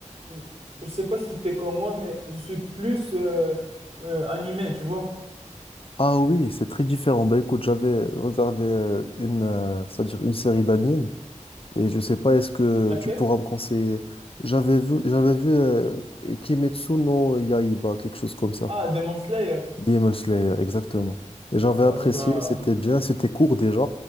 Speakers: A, on the right (about 50°); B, on the left (about 45°).
A: je, je sais pas si t'es comme moi, mais je suis plus euh, euh, animé, tu vois.
B: Ah oui, c'est très différent. Bah écoute, j'avais regardé euh, une, euh, c'est-à-dire une série d'animes. Et je sais pas, est-ce que
A: Laquelle?
B: tu pourras me conseiller? J'avais vu, j'avais vu euh, Kimetsu no Yaiba, quelque chose comme ça.
A: Ah, Demon Slayer.
B: Demon Slayer, exactement. Et j'avais
A: Ouais,
B: apprécié,
A: ben,
B: c'était bien, c'était court déjà.